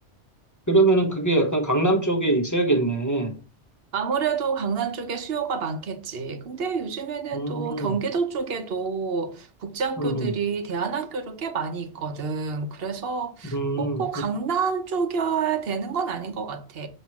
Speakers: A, on the left; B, on the right.
A: 그러면은 그게 약간 강남 쪽에 있어야겠네.
B: 아무래도 강남 쪽에 수요가 많겠지. 근데 요즘에는
A: 음,
B: 또 경기도 쪽에도 국제학교들이
A: 음, 음,
B: 대안학교로 꽤 많이 있거든. 그래서
A: 음,
B: 뭐꼭 강남 쪽이어야 되는 건 아닌 것 같아.